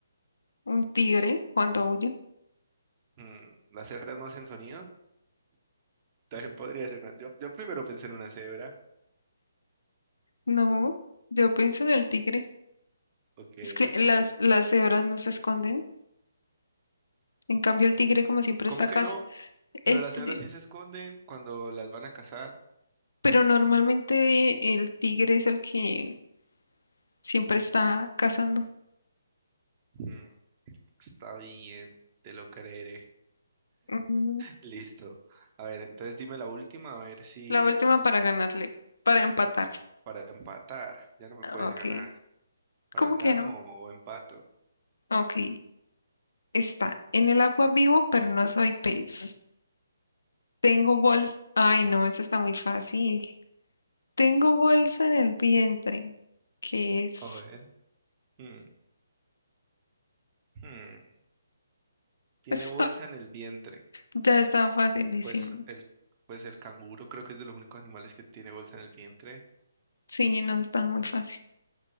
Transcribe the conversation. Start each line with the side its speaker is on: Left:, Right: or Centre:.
Left: ¿Un tigre cuando aúlla?
Right: Mm, ¿las cebras no hacen sonido? <laughs> También podría ser una... Yo, yo primero pensé en una cebra.
Left: No, yo pienso en el tigre.
Right: Ok,
Left: Es que
Right: ok.
Left: las, las cebras no se esconden. En cambio, el tigre, como siempre,
Right: ¿Cómo
Left: está acá
Right: que no? Pero
Left: El
Right: las
Left: ti-
Right: cebras sí se esconden cuando las van a cazar.
Left: pero normalmente el tigre es el que siempre está cazando.
Right: Mm, está bien, te lo creeré.
Left: Mm,
Right: Listo. A ver, entonces dime la última, a ver si
Left: La última para ganarle, para empatar.
Right: para empatar, ya no me
Left: Ah,
Right: puedes
Left: Ok,
Right: ganar. ¿Ahora
Left: ¿cómo
Right: es
Left: que
Right: gano
Left: no?
Right: o, o empato?
Left: Ok, está en el agua vivo, pero no soy pez. Tengo bolsa. Ay, no, esa está muy fácil. Tengo bolsa en el vientre. ¿Qué es?
Right: A ver. Hmm, hmm. Tiene
Left: Eso
Right: bolsa
Left: está,
Right: en el vientre.
Left: ya estaba facilísimo.
Right: Pues el, pues el canguro creo que es de los únicos animales que tiene bolsa en el vientre.
Left: Sí, no, estaba muy fácil.